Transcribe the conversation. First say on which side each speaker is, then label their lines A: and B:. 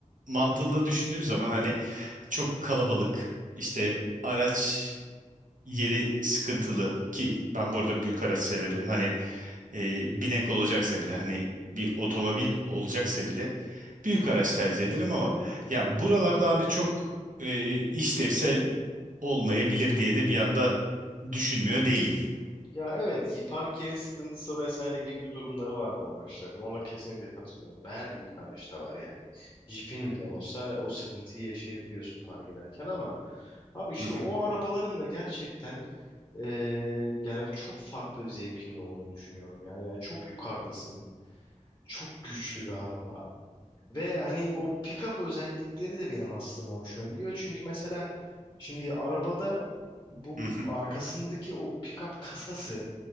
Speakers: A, on the right; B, on the left.
A: mantığında düşündüğüm zaman hani çok kalabalık işte araç yeri sıkıntılı ki ben bu arada büyük araç severim. Hani e, binek olacaksa bile hani bir otomobil olacaksa bile büyük araç tercih ederim ama ya buralarda abi çok e, işlevsel olmayabilir diye de bir anda düşünmüyor değilim.
B: ya evet park yeri sıkıntısı vesaire gibi bir durumları var bu araçların. Ona kesinlikle katılıyorum. Her büyük araçta var yani. Jeep'in bile olsa o sıkıntıyı yaşayabiliyorsun park ederken ama abi işte
A: Hı hı,
B: o arabaların da gerçekten ee, yani çok farklı bir zevkinin olduğunu düşünüyorum ya. Yani çok yukarıdasın. Çok güçlü bir araba. Ve hani o pick-up özellikleri de benim aslında hoşuma gidiyor. Çünkü mesela şimdi arabada bu
A: hı hı.
B: arkasındaki o pick-up kasası